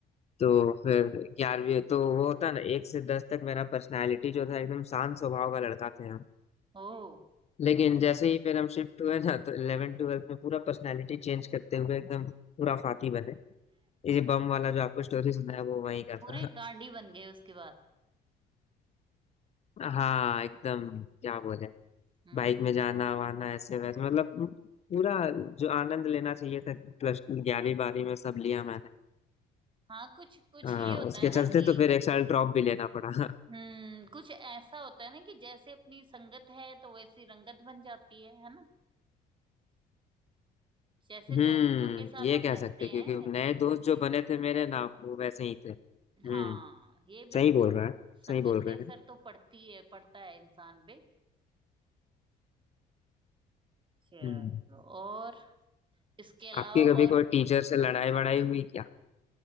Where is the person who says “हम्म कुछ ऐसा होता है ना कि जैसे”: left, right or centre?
Right